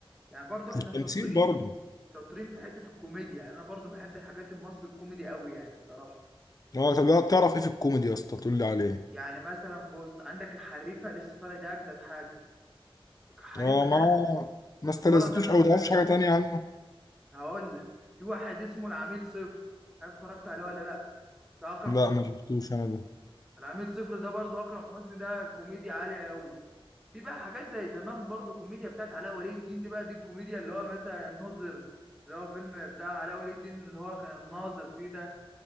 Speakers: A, in the centre; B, on the left (about 40°).
A: يعني برضو احنا
B: والتمثيل
A: شاطرين
B: برضه
A: شاطرين في حتة الكوميديا يعني انا برضو بحب الحاجات المصري الكوميدي قوي يعني الصراحة
B: اه طب يا تعرف ايه في الكوميدي يا اسطى تقول لي عليه
A: يعني مثلا بص عندك الحريفة لسه طالع ده اجدد حاجة الحريفة
B: اه ما
A: ده
B: هو
A: كزبرة
B: ما استلذتوش
A: ده عامل
B: او تعرفش
A: فيها حلو
B: حاجه تانية عنه
A: هقول لك في واحد اسمه العميل صفر عارف اتفرجت عليه ولا لا ده اكرم
B: لا
A: حسني
B: ما شفتوش انا ده
A: العميل صفر ده برضو اكرم حسني ده كوميديا عالية قوي في بقى حاجات زي زمان برضو كوميديا بتاعت علاء ولي الدين دي بقى دي الكوميديا اللي هو مثلا الناظر اللي هو فيلم بتاع علاء ولي الدين اللي هو كان الناظر فيه ده